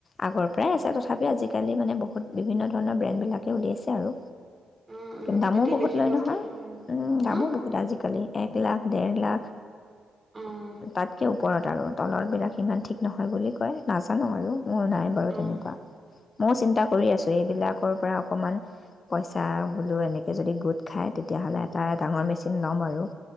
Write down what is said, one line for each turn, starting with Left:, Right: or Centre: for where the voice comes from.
Left: আগৰ পৰাই আছে
Right: উম
Left: তথাপিও আজি আজিকালি মানে বহুত বিভিন্ন ধৰণৰ ব্ৰেণ্ডবিলাকে উলিয়াইছে আৰু
Right: উম উম,
Left: কিন্তু দামো
Right: তেতিয়া
Left: বহুত
Right: বেছি
Left: লয়
Right: কষ্ট
Left: নহয়,
Right: উম
Left: দামো বহুত আজিকালি। এক লাখ, ডেৰ লাখ।
Right: উম
Left: তাতকে ওপৰত আৰু তলৰবিলাক সিমান ঠিক নহয় বুলি কয় নাজানো আৰু মোৰ নাই বাৰু
Right: উম
Left: তেনেকুৱা। মইও চিন্তা কৰি আছোঁ, এইবিলাকৰ পৰা অকণমান পইচা বোলো এনেকে যদি গোট খায় তেতিয়াহ'লে এটা ডাঙৰ মেচিন ল'ম আৰু